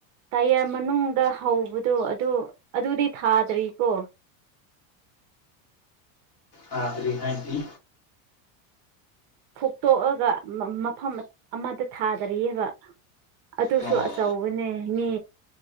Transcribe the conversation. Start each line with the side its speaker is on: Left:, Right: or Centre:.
Right: ꯇꯌꯔ ꯃꯅꯨꯡꯗ ꯍꯧꯕꯗꯣ ꯑꯗꯨ ꯑꯗꯨꯗꯤ ꯊꯥꯗ꯭ꯔꯤꯀꯣ
Left: ꯍꯥ ꯑꯗꯨꯔꯤ ꯍꯥꯏꯗꯤ
Right: ꯐꯨꯇꯣꯛꯑꯒ ꯃꯐꯝ ꯑꯃꯗ ꯊꯥꯗꯔꯤꯑꯕ ꯑꯗꯨꯁꯨ
Left: ꯑꯣ
Right: ꯑꯆꯧꯕꯅꯦ ꯃꯤ